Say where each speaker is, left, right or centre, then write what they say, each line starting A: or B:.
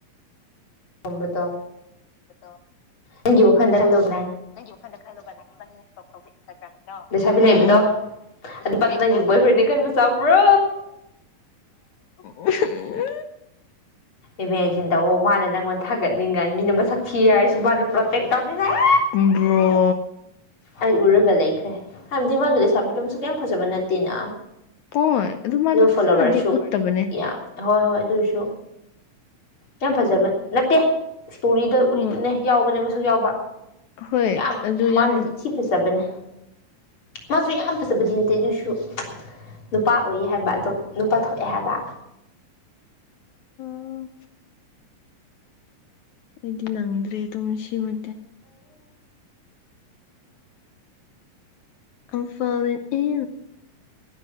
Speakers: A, on the left; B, on the left.
A: ꯑꯣꯝꯕꯗꯣ
B: ꯑꯇꯥ
A: ꯍꯪ ꯋꯥꯟ
B: ꯅꯪꯒꯤ ꯋꯥꯈꯜꯗ ꯈꯜꯂꯨ ꯏꯅꯤꯅ ꯏꯁ ꯇꯧꯕ ꯏꯟꯁꯇꯥꯒ꯭ꯔꯥꯝꯒꯤꯗꯣ
A: ꯂꯩꯁꯥꯕꯤ ꯂꯩꯕꯗꯣ
B: ꯎꯝ ꯎꯝꯗꯣ
A: ꯑꯗꯨꯄꯥꯗꯣ ꯅꯪꯒꯤ ꯕꯣꯏ ꯐ꯭ꯔꯦꯟꯅꯤ ꯈꯟꯕ ꯆꯥꯎꯕ꯭ꯔꯣ
B: ꯎꯝ꯭ꯔꯣ
A: ꯏꯃꯦꯖꯤꯟꯗ ꯑꯣ ꯃꯥꯅ ꯅꯪꯉꯣꯟꯗ ꯊꯥꯒꯠꯅꯤꯡꯉꯥꯏ ꯃꯤꯅ ꯃꯁꯛ ꯊꯤ ꯍꯥꯏꯔꯁꯨ ꯃꯥꯅ ꯄ꯭ꯔꯣꯇꯦꯛ ꯇꯧꯅꯤꯡꯉꯥꯏ
B: ꯕ꯭ꯔꯣ
A: ꯑꯩ ꯎꯔꯒ ꯂꯩꯈ꯭ꯔꯦ ꯍꯥꯏꯕꯗꯤ ꯃꯥꯒꯤ ꯂꯩꯁꯥꯕꯤꯗꯣ ꯃꯁꯨꯛ ꯀ ꯌꯥꯝ ꯐꯖꯕ ꯅꯠꯇꯦꯅ
B: ꯍꯣꯏ ꯑꯗꯨ ꯃꯥꯗꯣ
A: ꯑꯗꯨꯒ
B: ꯐꯖꯅꯗꯤ
A: ꯐꯣꯂꯣꯋꯔꯁꯨ
B: ꯎꯠꯇꯕꯅꯦ
A: ꯌꯥꯝ ꯍꯣꯏ ꯍꯣꯏ ꯑꯗꯨꯁꯨ ꯌꯥꯝ ꯐꯖꯕ ꯅꯠꯇꯦ ꯏꯁꯇꯣꯔꯤꯗ
B: ꯍꯣꯏ
A: ꯎꯠꯄꯅꯦ ꯌꯥꯎꯕꯅꯦ ꯃꯁꯨꯛ ꯌꯥꯎꯕ
B: ꯍꯣꯏ
A: ꯌꯥꯝ
B: ꯑꯗꯨ
A: ꯃꯥꯅꯗꯤ
B: ꯌꯥꯝ
A: ꯊꯤ ꯐꯖꯕꯅꯦ ꯃꯥꯁꯨ ꯌꯥꯝ ꯐꯖꯕꯗꯤ ꯅꯠꯇꯦ ꯑꯗꯨꯁꯨ ꯅꯨꯄꯥ ꯑꯣꯏ ꯍꯥꯏꯕ ꯑꯗꯨꯝ ꯅꯨꯄꯥ ꯊꯣꯛꯑꯦ ꯍꯥꯏꯕ
B: ꯑꯣ ꯑꯩꯗꯤ ꯅꯪꯗ꯭ꯔꯦ ꯑꯗꯨꯝ ꯏꯃ ꯑ ꯐꯥꯂꯦꯟ ꯑꯦ